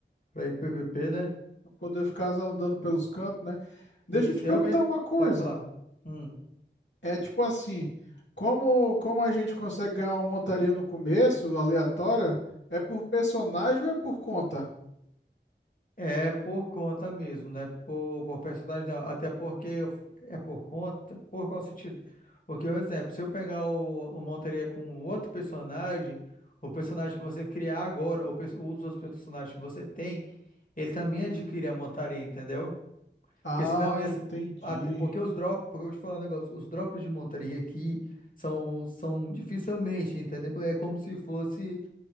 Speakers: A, on the left; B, on the left.
A: pra ir pro PVP, né?
B: pra poder ficar andando pelos cantos, né? Deixa
A: Isso,
B: eu te perguntar
A: eu mesmo.
B: uma coisa.
A: Pode falar. Hum.
B: É tipo assim, como, como a gente consegue ganhar uma montaria no começo, aleatória, é por personagem ou é por conta?
A: É por conta mesmo, né? Por, por personagem, não. Até porque eu- é por conta. Por qual sentido? Porque, um exemplo, se eu pegar o, o montaria com outro personagem, o personagem que você criar agora, ou pers- os outros personagens que você tem, ele também
B: Uhum.
A: adquire a montaria, entendeu?
B: Ah,
A: Porque senão ia
B: entendi.
A: ser. até- porque os drops, porque eu vou te falar um negócio, os drops de montaria aqui são, são dificilmente, entendeu? É como se fosse,